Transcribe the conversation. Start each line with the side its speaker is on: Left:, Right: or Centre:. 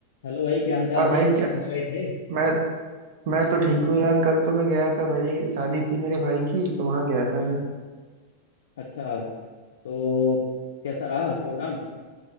Left: Hello भाई क्या हाल चाल
Right: और
Left: है
Right: भाई
Left: कल
Right: क्या
Left: कहाँ गए थे
Right: मैं मैं तो ठीक हूँ यार कल तो मैं गया था भाई शादी थी मेरे भाई की तो वहां गया था
Left: हम्म
Right: मैं
Left: अच्छा तो कैसा रहा प्रोग्राम